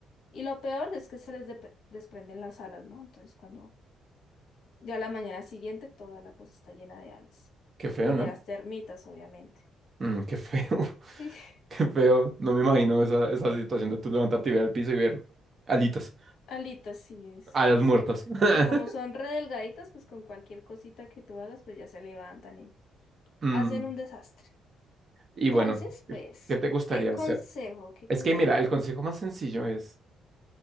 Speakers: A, on the left; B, on the right.
A: Y lo peor es que se les dep- desprenden las alas, ¿no? Entonces cuando ya la mañana siguiente toda la cosa está llena de alas.
B: Qué feo,
A: Y de
B: ¿no?
A: las termitas, obviamente.
B: Mm, qué feo, <laughs>
A: <laughs>
B: qué feo. No me imagino esa, esa situación de tú levantarte y ver al piso y ver alitas,
A: Alitas, sí es.
B: alas
A: Y
B: muertas.
A: son,
B: <laughs>
A: y como son re delgaditas, pues con cualquier cosita que tú hagas, pues ya se levantan y
B: Mm,
A: hacen un desastre.
B: y bueno,
A: Entonces, pues,
B: ¿qué te gustaría
A: ¿qué consejo?
B: hacer?
A: ¿Qué
B: Es
A: consejo?
B: que mira, el consejo más sencillo es